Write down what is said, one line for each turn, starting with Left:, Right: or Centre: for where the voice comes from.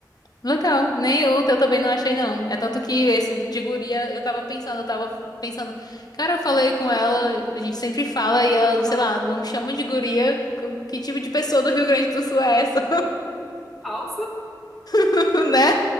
Left: Legal. Nem o teu também não achei, não. É tanto que esse de guria, eu tava pensando, eu tava pensando. Cara, eu falei com ela, a gente sempre fala, e ela,
Centre: Aham.
Left: sei lá, não me chama de guria. Co- Que tipo de pessoa do Rio Grande do Sul é essa,
Centre: Falso, <laughs>
Left: <laughs> né?